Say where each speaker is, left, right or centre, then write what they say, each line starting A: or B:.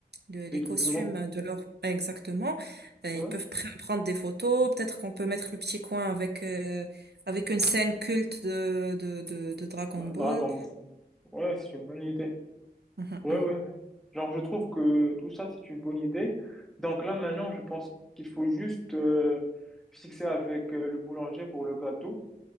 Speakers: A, on the right (about 75°); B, in the centre.
A: le- les
B: Déguisement.
A: costumes de leur exactement, euh,
B: Ouais.
A: ils peuvent pr- prendre des photos. Peut-être qu'on peut mettre le petit coin avec euh, avec une scène culte de de, de, de Dragon
B: Dra-
A: Ball.
B: Dragon Ball. Ouais, c'est une bonne idée.
A: Mhm,
B: Ouais,
A: mhm,
B: ouais. ouais. Genre, je trouve que tout ça, c'est une bonne idée. Donc là, maintenant, je pense qu'il faut juste euh, fixer avec euh, le boulanger pour le gâteau.